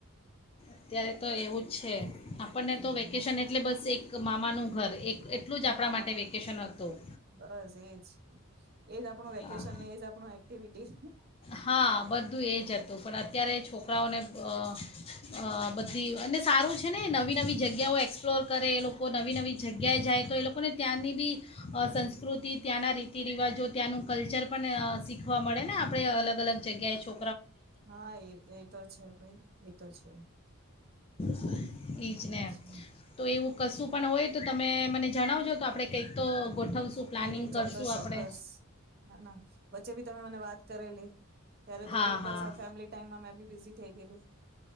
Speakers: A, on the left (about 25°); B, on the right (about 45°).
A: અત્યારે તો એવું જ છે. આપણને
B: હમ
A: તો વેકેશન એટલે બ બસ એક મામાનું ઘર, એક એટલું જ
B: હા
A: આપણા માટે વેકેશન હતું
B: બસ એજ એજ આપ પણ વેકેશન
A: હા
B: એ જ આપણું આપ એક્ટિવિટીઝ ને
A: હા બધું એજ હતું પણ અત્યારે છોકરાઓને અ અ બધી અને સારું છે ને, નવી નવી જગ્યાઓ એક્સપ્લોર કરે એ લોકો નવી નવી જગ્યાએ જાય તો એ લોકોને ત્યાંની બી અ સંસ્કૃતિ, ત્યાંના રીતિ રિવાજો ત્યાંનું કલ્ચર પણ અ શીખવા મળે ને આપણે આપણે અલગ અલગ જગ્યાએ છો
B: હા એ એ તો છે ભાઈ, એ તો છે.
A: <unintelligible> ઈ જ ને
B: અચ્છા
A: તો એવું કશું પણ હોય તો તમે મને જણાવજો તો આપણે કંઈક તો ગોઠવશું પ્લાનિંગ
B: નઈ નહી, ચોક્કસ
A: કરશું
B: ચોક્કસ,
A: આપણે
B: ના ના. એ બી તમે મને વાત કરેલી. ત્યારે થોડુંક
A: હા
B: બસ
A: હા
B: આ ફેમિલી ટાઈમમાં મેં બી બિઝી થઈ ગયેલી.